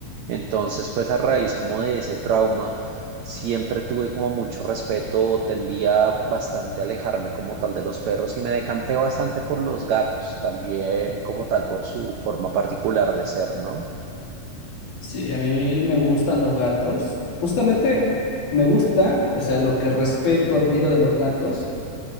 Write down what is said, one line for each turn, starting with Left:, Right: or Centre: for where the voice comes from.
Right: Entonces, pues a raíz como de ese trauma, siempre tuve como mucho respeto, tendía bastante a alejarme como tal de los perros y me decanté bastante por los gatos, también como tal por su forma particular de ser, ¿no?
Left: Sí, a mí me gustan los gatos. Justamente me gusta, o sea, lo que respeto, admiro de los gatos